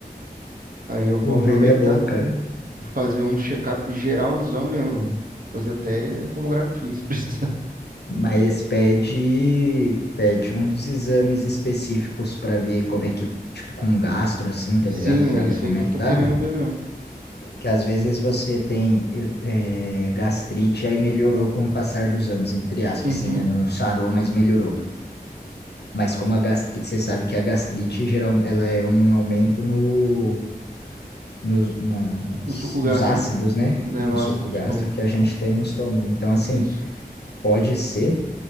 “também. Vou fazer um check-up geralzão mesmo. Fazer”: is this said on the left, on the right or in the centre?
Right